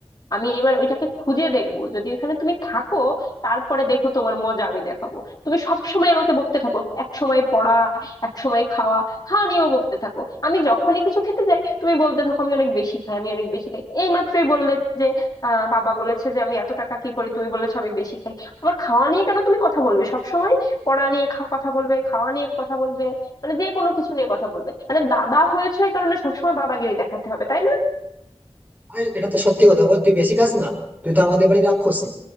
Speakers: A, on the left; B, on the right.
A: আমি এবার ওইটাকে খুঁজে দেখবো যদি ওইখানে তুমি থাকো তারপরে দেখো তোমার মজা আমি দেখাবো তুমি সব সময় আমাকে বকতে থাকো এক সময় পড়া এক সময় খাওয়া খাওয়া নিয়েও বকতে থাকো আমি যখনই কিছু খেতে যাই তুমি বলতে থাকো আমি অনেক বেশি খাই আমি অনেক বেশি খাই এই মাত্রই বললে যে আহ বাবা বলেছে যে আমি এত টাকা কি করি তুমি বলেছো আমি বেশি খাই আমার খাওয়া নিয়ে কেন তুমি কথা বলবে সব সময় পড়া নিয়ে খা- কথা বলবে খাওয়া নিয়ে কথা বলবে মানে যে কোনো কিছু নিয়ে কথা বলবে মানে দাদা হয়েছে এই কারণে সবসময় দাদাগিরি দেখাতে হবে তাই না
B: আরে এটা তো সত্যি কথা বল তুই বেশি খাস না তুই তো আমাদের বাড়ি রাক্ষসী